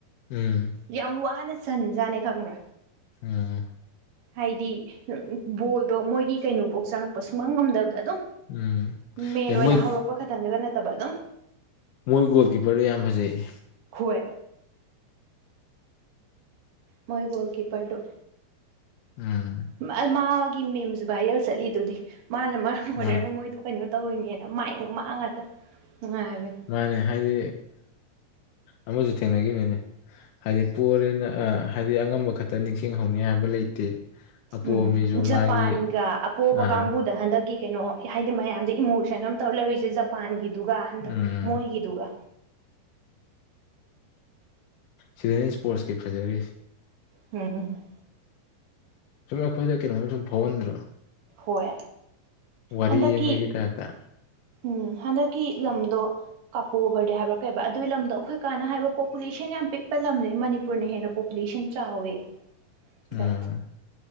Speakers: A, on the left; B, on the right.
A: ꯎꯝ
B: ꯌꯥꯝ ꯋꯥꯅ ꯁꯟꯖꯥꯠꯅꯦ ꯈꯪꯕ꯭ꯔꯥ
A: ꯎꯝ
B: ꯍꯥꯏꯗꯤ ꯕꯣꯜꯗꯣ ꯃꯣꯏꯒꯤ ꯀꯩꯅꯣꯐꯧ ꯆꯪꯉꯛꯄ ꯁꯨꯡꯉꯝ ꯉꯝꯗꯕꯗ ꯑꯗꯨꯝ
A: ꯎꯝ
B: ꯃꯦꯟ
A: ꯑꯦ
B: ꯑꯣꯏꯅ
A: ꯃꯣꯏ
B: ꯍꯧꯔꯛꯄ ꯈꯛꯇꯪꯗꯨꯒ ꯅꯠꯇꯕ ꯑꯗꯨꯝ
A: ꯃꯣꯏ ꯒꯣꯜ ꯀꯤꯞꯄꯔꯗ ꯌꯥꯝ ꯐꯖꯩꯌꯦ
B: ꯍꯣꯏ ꯃꯣꯏꯒꯣꯜ ꯀꯤ ꯄꯔꯨ
A: ꯎꯝ
B: ꯃꯥ ꯃꯥꯒꯤ ꯃꯦꯝꯁꯨ ꯚꯥꯏꯔꯦꯜ ꯆꯠꯂꯤꯗꯨꯗꯤ ꯃꯥꯅ ꯃꯔꯝ ꯑꯣꯏꯔꯒ
A: ꯃꯥꯅꯦ
B: ꯃꯣꯏꯗꯣ ꯀꯩꯅꯣ ꯇꯧꯔꯤꯅꯦꯅ ꯃꯥꯏ ꯃꯥꯡ ꯉꯥꯛꯇ ꯅꯨꯡꯉꯥꯏꯕꯅꯦ
A: ꯃꯥꯅꯦ ꯍꯥꯏꯗꯤ ꯑꯃꯁꯨ ꯊꯦꯡꯅꯈꯤꯕꯅꯤꯅꯦ ꯍꯥꯏꯗꯤ ꯄꯣꯔꯦꯅ ꯑ ꯍꯥꯏꯗꯤ ꯑꯉꯝꯕ ꯈꯛꯇ ꯅꯤꯡꯁꯤꯡꯍꯧꯅꯤ ꯍꯥꯏꯕ ꯂꯩꯇꯦ ꯑꯄꯣꯕ
B: ꯎꯝ
A: ꯃꯤꯁꯨ
B: ꯖꯄꯥꯟꯒ
A: ꯃꯥꯒꯤ
B: ꯑꯄꯣꯕ
A: ꯑꯥ
B: ꯀꯥꯡꯕꯨꯗ ꯍꯟꯗꯛꯀꯤ ꯀꯩꯅꯣ ꯍꯥꯏꯗꯤ ꯃꯌꯥꯝꯗ ꯏꯃꯣꯁꯟ ꯑꯃ ꯇꯧꯔ ꯂꯩꯔꯤꯁꯦ ꯖꯄꯥꯟꯒꯤꯗꯨ ꯑꯗꯨꯒ ꯍꯟꯗ
A: ꯎꯝ
B: ꯃꯣꯏꯒꯤꯗꯨꯒ
A: ꯁꯤꯗꯩꯅ ꯏꯁꯄꯣꯔꯠꯁꯀꯤ ꯐꯖꯔꯤꯁ
B: ꯎꯝ
A: ꯁ ꯑꯈꯣꯏꯗ ꯀꯩꯅꯣ ꯁꯚꯟ ꯔ
B: ꯍꯣꯏ
A: ꯋꯥꯔꯤꯔꯤ
B: ꯍꯟꯗꯛꯀꯤ
A: ꯌꯦ ꯃꯥꯒꯤ ꯇ ꯑ
B: ꯎꯝ ꯍꯟꯗꯛꯀꯤ ꯂꯝꯗꯣ ꯀꯥꯄꯣꯛꯑꯕꯔ ꯍꯥꯏꯕ꯭ꯔꯥ ꯀꯩꯕ ꯑꯗꯨꯒꯤ ꯂꯝꯗꯣ ꯑꯩꯈꯣꯏ ꯀꯥꯟꯅ ꯍꯥꯏꯕ ꯄꯣꯄꯨꯂꯦꯁꯟ ꯌꯥꯝ ꯄꯤꯛꯄ ꯂꯝꯅꯤ ꯃꯅꯤꯄꯨꯔꯅ ꯍꯦꯟꯅ ꯄꯣ ꯟ ꯆꯥꯎꯋꯦ
A: ꯎꯝ
B: ꯁ